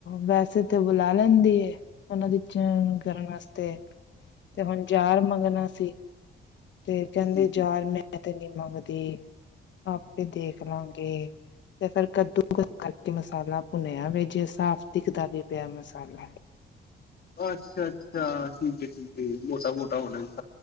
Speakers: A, on the left; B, on the left.
A: ਵੈਸੇ ਤੇ ਬੁਲਾ ਲੈਂਦੀ ਹੈ ਉਹਨਾਂ ਦੀ ਚਣ <inaudible> ਕਰਨ ਲੱਗ ਪਏ ਤੇ ਹੁਣ ਜਾਰ ਮੰਗਣਾ ਸੀ ਤੇ ਕਹਿੰਦੇ
B: ਹੈ
A: ਜਾਰ ਮ ਮੈਂ ਤੇ ਨਹੀਂ ਮੰਗਦੀ ਆਪੇ ਦੇਖ ਲਾਂਗੇ ਤੇ ਫੇਰ ਕੱਦ ਤੇ ਮਸਾਲਾ ਭੁਨਿਆ ਵਿੱਚ ਸਾਫ ਦਿੱਖਦਾ ਵੀ ਪਿਆ ਮਸਾਲਾ।
B: ਅੱਛਾ-ਅੱਛਾ ਠੀਕ ਹੈ ਠੀਕ ਹੈ ਜੀ ਮੋਟਾ-ਮੋਟਾ ਹੋਣਾ <inaudible>